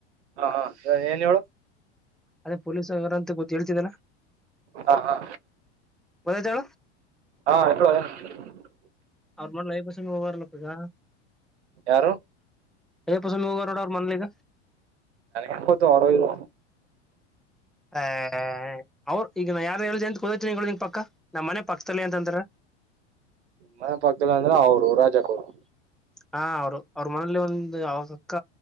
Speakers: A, on the right; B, in the centre.
A: ಹ ಏನ್ ಹೇಳೂ
B: ಅದೇ ಪೊಲೀಸು ಯಾರಂತ ಗೊತ್ತ ಹೇಳ್ತಿದರ,
A: ಹಾ ಹಾ
B: ಗೊತ್ತಾಯ್ತ?
A: ಹಾ <unintelligible>
B: ಅವ್ರ್ ಮಗ್ಳು ಹೈಯರ್ ಪಾಸಿಷನ್ಗೆ ಹೋಗಾರಲ್ಲಪ್ಪ ಈಗ
A: ಯಾರು
B: <unintelligible> ರ್ನೋಡು ಅವ್ರ್ ಮನ್ಲಿಗ
A: ಇಪ್ಪತ್ತು ಆರು ಏಳ್
B: ಅಹ ಅವ್ರು ಈಗ ನಾ ಯಾರು ಹೇಳ್ದ ಅಂತ ಕೂದತನಿ ನಿಂಗ ಪಕ್ಕ ನಮ್ಮ್ ಮನೆ ಪಕ್ಕದಲ್ಲಿ ಅಂತಂದ್ರ
A: ಮನೆ ಪಕ್ದಲ್ ಅಂದ್ರೆ ಅವ್ರು ರಾಜಪ್ಪೋರು
B: ಹಾ ಅವ್ರು, ಅವ್ರ್ ಮನೆಲ್ಲಿ ಒಂದು ಅವ್ರ್ ಅಕ್ಕ